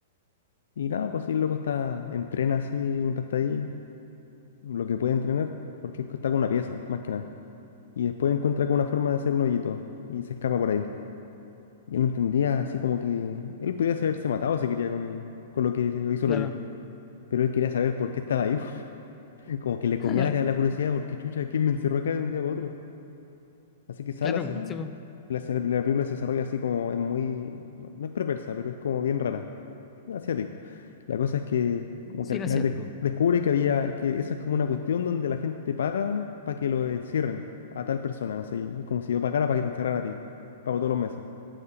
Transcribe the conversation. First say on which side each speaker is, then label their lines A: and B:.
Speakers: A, on the left; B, on the left.
A: Y nada, pues sí, el loco está, entrena así mientras está ahí, lo que puede entrenar, porque está con una pieza, más que nada. Y después encuentra con una forma de hacer un hoyito y se escapa por ahí. Y él no entendía así como que él podía haberse matado si quería con el, con lo que hizo
B: Claro.
A: el hoyo. Pero él quería saber por qué estaba ahí, <laughs> po. como que le comía
B: <laughs>
A: la, la curiosidad, por qué chucha, quién me encerró acá de un día para otro. Así que sale
B: Claro,
A: así,
B: sí, po.
A: la, se- la película se desarrolla así como es muy, no, no es perversa, pero es como bien rara. asiático. La cosa es que como
B: Cine
A: que al final
B: asiático.
A: des- descubre que había, que esa es como una cuestión donde la gente paga para que lo encierren a tal persona, no sé, y es como si yo pagara para que te encerraran a ti, pago todos los meses.